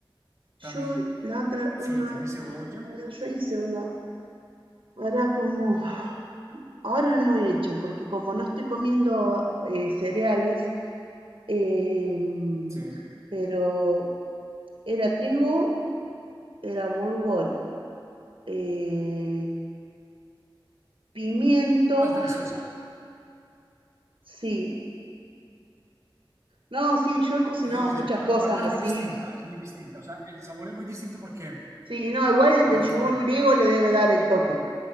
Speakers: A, on the right; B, on the right.
A: También,
B: Yo la otra,
A: sí,
B: una, a
A: tiene cebolla.
B: ver, yo hice uno, ahora como, ahora no he hecho, porque como no estoy comiendo eh, cereales, em,
A: Sí.
B: pero era trigo, era burgol, eh, pimiento,
A: Ah, Es deliciosa,
B: sí. No, sí, yo he cocinado
A: es deliciosa,
B: muchas
A: pero
B: cosas
A: la verdad es
B: así.
A: muy distinta, es muy distinta. O sea, el sabor es muy distinto porque,
B: Sí, no, igual el,
A: porque
B: el yogur
A: bueno,
B: griego le debe dar el toque.